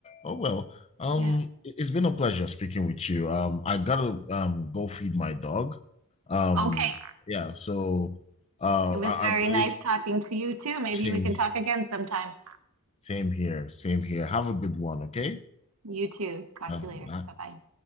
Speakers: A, on the left (about 30°); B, on the right (about 85°).
A: Oh well, um,
B: yeah.
A: it- it's been a pleasure speaking with you. Um, I gotta um go feed my dog. Um,
B: Okay.
A: yeah. So uh,
B: It was
A: I,
B: very
A: I,
B: nice
A: it-
B: talking to you too. Maybe
A: same.
B: we can talk again sometime.
A: Same here. Same here. Have a good one, okay?
B: You too. Talk
A: Uh,
B: to you later.
A: uh,
B: Bye bye.